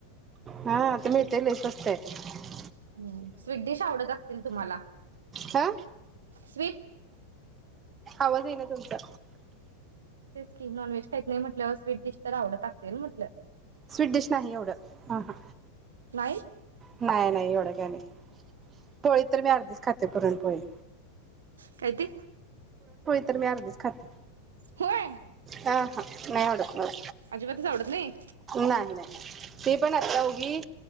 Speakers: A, on the right; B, on the right.
A: हा आता मिळतय लई स्वस्त हायत
B: हं स्वीटडिश आवडत असतील तुम्हाला
A: हा
B: स्वीट
A: आवज येईना तुमचा
B: तेचकि नॉनव्हेज खाईत नाही म्हटल्यावर स्वीटडीश आवडत असेल म्हंटल
A: स्वीटडीश नाही एवढं आ हा
B: नाही
A: नाय नाय एवढ पोळी तर मी अर्धीच खाते पुरणपोळी
B: काय ते
A: तरी मी अर्धीच खाते
B: होय
A: ह हा नाय आवडत मला
B: अजिबातच आवडत नाई
A: नाही नाय ती पण आता उघी